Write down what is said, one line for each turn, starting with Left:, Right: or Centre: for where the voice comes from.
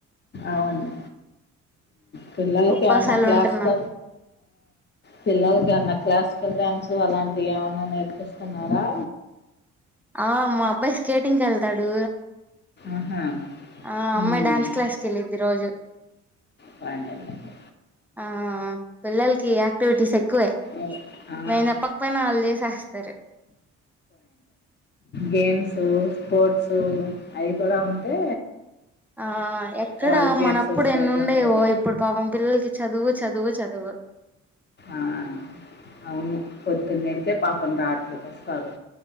Left: అవును పిల్లలకి
Centre: ఉపవాసాలు
Left: ఏమన్నా క్లాసు
Centre: ఉంటున్నా
Left: క పిల్లలకి ఏమన్నా క్లాస్ డ్యాన్సు అలాంటివి ఏమన్నా నేర్పిస్తున్నారా
Centre: ఆ మా అబ్బాయి స్కేటింగ్ ఎల్తాడు
Left: ఆహా
Centre: ఆ
Left: హ్మ్.
Centre: అమ్మాయి డ్యాన్స్ క్లాస్కి వెళ్ళిద్ది రోజు
Left: బానేళ్ళింది.
Centre: ఆ పిల్లలకి బ్యూటీ సెట్ తక్కువే
Left: అదే. ఆ!
Centre: నేను చెప్పకపోయినా వాళ్ళు చేసేస్తారు
Left: గేమ్సూ స్పోర్ట్స్ సు అవి కూడా ఉంటే
Centre: ఆ ఎక్కడ
Left: వాళ్ళకి
Centre: మనప్పుడు
Left: ఎక్సర్సైజ్
Centre: ఎన్ని ఉండేవో
Left: ఉంటది.
Centre: ఇప్పుడు పాపం పిల్లలకి చదువు చదువు చదువు ఆ
Left: ఆ అవును పొద్దున్న వెళ్తే పాప ప రాత్రికి వస్తారు